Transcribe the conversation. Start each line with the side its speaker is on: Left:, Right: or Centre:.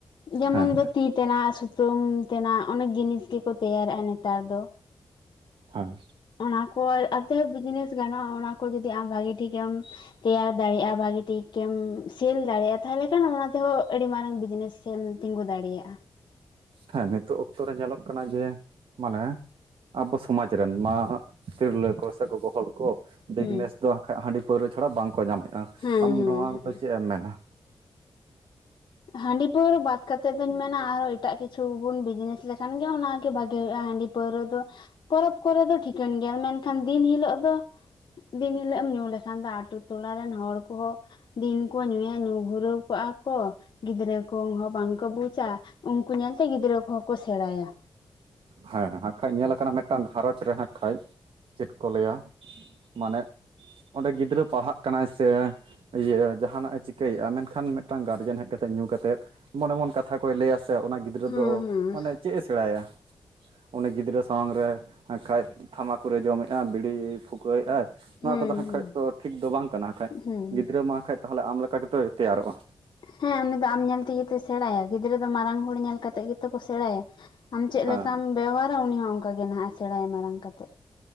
Left: ᱡᱮᱢᱚᱱ
Right: ᱦᱮᱸ
Left: ᱫᱚ ᱛᱤ ᱛᱮᱱᱟᱜ ᱥᱩᱛᱟᱹᱢ ᱛᱮᱱᱟᱜ ᱚᱱᱮᱠ ᱡᱤᱱᱤᱥ ᱜᱮᱠᱚ ᱛᱮᱭᱟᱨᱮᱫᱼᱟ ᱱᱮᱛᱟᱨ ᱫᱚ
Right: ᱦᱟᱸ
Left: ᱚᱱᱟ ᱠᱚ ᱟᱛᱮ ᱵᱤᱡᱽᱱᱮᱥ ᱜᱟᱱᱚᱜᱼᱟ ᱚᱱᱟ ᱠᱚ ᱡᱚᱫᱤ ᱟᱢ ᱵᱷᱟᱜᱤ ᱴᱷᱤᱠ ᱮᱢ, ᱛᱮᱭᱟᱨ ᱫᱟᱲᱮᱜᱼᱟ ᱵᱷᱟᱜᱤ ᱴᱷᱤᱠᱼᱮᱢ ᱥᱮᱞ ᱫᱟᱲᱮᱭᱟᱜᱼᱟ ᱛᱟᱦᱚᱞᱮ ᱠᱷᱟᱱ ᱚᱱᱟ ᱛᱮᱦᱚᱸ ᱟᱹᱰᱤ ᱢᱟᱨᱟᱝ ᱵᱤᱡᱽᱱᱮᱥ ᱪᱮᱢ ᱛᱤᱸᱜᱩ ᱫᱟᱲᱮᱭᱟᱜᱼᱟ
Right: ᱦᱮᱸ ᱱᱤᱛᱚᱜ ᱚᱠᱛᱚ ᱨᱮ ᱧᱮᱞᱚᱜ ᱠᱟᱱᱟ ᱡᱮ ᱢᱟᱱᱮ ᱟᱵᱚ ᱥᱚᱢᱟᱡᱽ ᱨᱮᱱ ᱱᱟᱦᱟᱜ ᱛᱤᱨᱞᱟᱹ ᱠᱚ ᱥᱮ ᱜᱚᱜᱚ ᱦᱚᱲ ᱠᱚ ᱵᱤᱡᱽᱱᱮᱥ
Left: ᱦᱩᱸ
Right: ᱫᱚ ᱦᱟᱜᱠᱷᱟᱡ ᱦᱟᱺᱰᱤ ᱯᱟᱹᱣᱨᱟᱹ ᱪᱷᱟᱲᱟ ᱵᱟᱝᱠᱚ ᱧᱟᱢᱮᱫᱼᱟ
Left: ᱦᱮᱸ
Right: ᱟᱢ
Left: ᱦᱮᱸ
Right: ᱱᱚᱣᱟ
Left: ᱦᱮᱸ
Right: ᱫᱚ ᱪᱮᱫ ᱮᱢ ᱢᱮᱱᱼᱟ
Left: ᱦᱟᱺᱰᱤ ᱯᱟᱹᱣᱨᱟᱹ ᱵᱟᱫ ᱠᱟᱛᱮᱫ ᱫᱩᱧ ᱢᱮᱱᱟ ᱟᱨᱦᱚᱸ ᱮᱴᱟᱜ ᱠᱤᱪᱷᱩ ᱵᱚᱱ ᱵᱤᱡᱽᱱᱮᱥ ᱞᱮᱠᱷᱟᱱ ᱜᱮ ᱚᱱᱟᱜᱮ ᱵᱷᱟᱜᱤ ᱦᱩᱭᱩᱜᱼᱟ ᱦᱟᱺᱰᱤ ᱯᱟᱹᱣᱨᱟᱹ ᱫᱚ ᱯᱚᱨᱚᱵᱽ ᱠᱚᱨᱮ ᱫᱚ ᱴᱷᱤᱠᱟᱹᱱ ᱜᱮᱭᱟ ᱢᱮᱱᱠᱷᱟᱱ ᱫᱤᱱ ᱦᱤᱞᱳᱜ ᱫᱚ ᱫᱤᱱ ᱦᱤᱞᱳᱜ ᱮᱢ ᱧᱩ ᱞᱮᱠᱷᱟᱱ ᱫᱚ ᱟᱛᱳ ᱴᱚᱞᱟ ᱨᱮᱱ ᱦᱚᱲ ᱠᱚᱦᱚᱸ ᱫᱤᱱ ᱠᱚ ᱧᱩᱭᱟ ᱧᱩ ᱜᱷᱩᱨᱟᱹᱣ ᱠᱚᱜᱼᱟ ᱠᱚ ᱜᱤᱫᱽᱨᱟᱹ ᱠᱚᱦᱚᱸ ᱵᱟᱝ ᱠᱚ ᱵᱩᱡᱟ ᱩᱱᱠᱩ ᱧᱮᱞᱛᱮ ᱜᱤᱫᱽᱨᱟᱹ ᱠᱚᱦᱚᱸ ᱠᱚ ᱥᱮᱬᱟᱭᱼᱟ
Right: ᱦᱮᱸ ᱦᱟᱸᱜᱠᱷᱟᱡ ᱧᱮᱞᱟ ᱟᱠᱟᱱᱟ ᱢᱤᱫᱴᱟᱝ ᱜᱷᱟᱨᱚᱸᱡᱽ ᱨᱮ ᱦᱟᱸᱜ ᱠᱷᱟᱱᱡ ᱪᱮᱫ ᱠᱚ ᱞᱟᱹᱭᱼᱟ ᱢᱟᱱᱮ ᱚᱸᱰᱮ ᱜᱤᱫᱽᱨᱟᱹ ᱯᱟᱲᱦᱟᱜ ᱠᱟᱱᱟᱭ ᱥᱮ ᱤᱭᱟᱹ ᱡᱟᱦᱟᱱᱟᱜᱼ ᱮ ᱪᱤᱠᱟᱹᱭᱮᱫᱼᱟ ᱢᱮᱱᱠᱷᱟᱱ ᱢᱤᱫᱴᱟᱝ ᱜᱟᱨᱡᱮᱱ ᱦᱮᱡ ᱠᱟᱛᱮᱫ ᱧᱩ ᱠᱟᱛᱮᱫ ᱮᱢᱚᱱ ᱮᱢᱚᱱ ᱠᱟᱛᱷᱟ ᱠᱚᱭ ᱞᱟᱹᱭᱟ ᱥᱮ ᱚᱱᱟ ᱜᱤᱫᱽᱨᱟᱹ
Left: ᱦᱮᱸ
Right: ᱫᱚ
Left: ᱦᱮᱸ
Right: ᱢᱟᱱᱮ ᱪᱮᱫ ᱮ ᱥᱮᱬᱟᱭᱼᱟ ᱩᱱᱤ ᱜᱤᱫᱽᱨᱟᱹ ᱥᱟᱢᱟᱝ ᱨᱮ ᱦᱟᱜᱠᱷᱟᱡ ᱛᱷᱟᱢᱟᱠᱠᱩᱨ ᱨᱮ ᱡᱚᱢᱮᱫᱼᱟᱭ ᱵᱤᱲᱤᱭ ᱯᱷᱩᱠᱟᱹᱣᱮᱫᱟᱭ ᱱᱚᱣᱟ
Left: ᱦᱮᱸ
Right: ᱠᱚᱫᱚ ᱦᱟᱸᱜᱠᱷᱟᱡ
Left: ᱦᱮᱸ
Right: ᱫᱚ ᱴᱷᱤᱠ ᱫᱚ ᱵᱟᱝ ᱠᱟᱱᱟᱠᱷᱟᱡ
Left: ᱦᱮᱸ
Right: ᱜᱤᱫᱽᱨᱟᱹ ᱢᱟ ᱦᱟᱜ ᱠᱷᱟᱡ ᱛᱟᱦᱚᱞᱮ ᱟᱢ ᱞᱮᱠᱟ ᱜᱮᱛᱚᱭ ᱛᱮᱭᱟᱨᱚᱜ ᱟ᱾
Left: ᱦᱮᱸ ᱩᱱᱤ ᱫᱚ ᱟᱢ ᱧᱮᱞ ᱛᱮᱜᱮ ᱛᱚ ᱥᱮᱲᱟᱭᱟ ᱜᱤᱫᱽᱨᱟᱹ ᱫᱚ ᱢᱟᱨᱟᱝ ᱦᱚᱲ ᱧᱮᱞ ᱠᱟᱛᱮᱜ ᱜᱮᱛᱚ ᱠᱚ ᱥᱮᱲᱟᱭᱟ, ᱟᱢ ᱪᱮᱫ
Right: ᱦᱮᱸ
Left: ᱞᱮᱠᱟᱢ ᱵᱮᱣᱦᱟᱨᱟ ᱩᱱᱤ ᱦᱚᱸ ᱚᱝᱠᱟ ᱜᱮ ᱱᱟᱦᱟᱜ ᱮ ᱥᱮᱬᱟᱭ ᱢᱟᱨᱟᱝ ᱠᱟᱛᱮ,